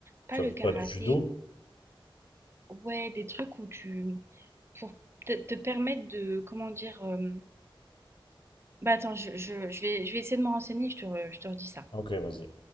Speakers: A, on the right; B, on the left.
A: Pas
B: Tu
A: le
B: vas faire
A: karaté,
B: quoi, du judo?
A: ouais, des trucs où tu... pour te, te permettre de, comment dire... euh, Bah attends, je, je- je vais, je vais essayer de me renseigner, je te, re- je te redis ça.
B: Ok, vas-y.